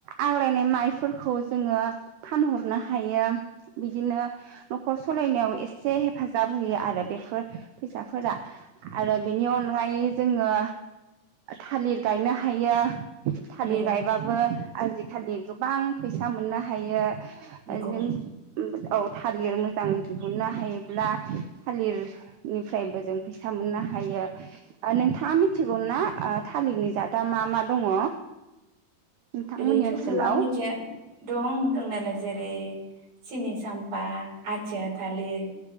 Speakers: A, on the right; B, on the right.
A: आग्लायनाय मायफोरखौ जोंङो फानहरनो हायो। बिदिनो न'खर सालायनायाव एसे हेफाजाब होयो आरो। बेफोर फैसाफोरा आरो बेनि अनगायै जोंङो थालिर गायनो हायो। थालिर
B: नंगौ
A: गायबाबो आजि खालि गोबां फैसा मोननो हायो।
B: नंगौ
A: <unintelligible> उम औ थालिर मोजां दिहुननो हायोब्ला थालिर नि फ्रायबो जों फैसा मोननो हायो। नोंथाङा मिथिगौ ना ओ थालिरनि जादआ मा मा दङ'? नोंथांमोननि
B: ओरैथ'
A: ओनसोलाव
B: गोबां मिथिया दं दंनायालाय जेरै सिनि साम्फा आथिया थालिर